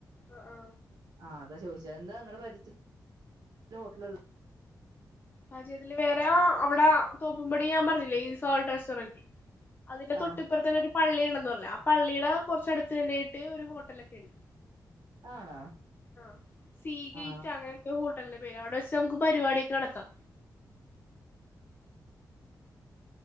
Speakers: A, on the left; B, on the right.
A: ആ ആ
B: അതാ ചോയിച്ചെ എന്താ നിങ്ങടെ പാര്യത്തി ഇത് ഹോട്ടല്
A: ആഹ് ചേതിലും വേറെ ആ അവിടെ തോപ്പുംപടി ഞാൻ പറഞ്ഞില്ലേ ഈ സോൾട്ട് റെസ്റ്റോറന് അതിന്റെ
B: ആ
A: തൊട്ടിപ്പുറത്തെന്നെ ഒരു പള്ളിണ്ടന്നു പറഞ്ഞില്ലേ ആഹ് പള്ളിയുടെ കുറച്ച അടുത്ത് തന്നായിട്ട് ഒരു ഹോട്ടലൊക്കെ ഇണ്ട്
B: ആണോ
A: ആഹ് സീഗേറ്റ്
B: ആ
A: അങ്ങനെക്കെ നല്ല പേര് അവിടെവച്ച് നമുക്ക് പരിപാടിക്കെ നടത്താം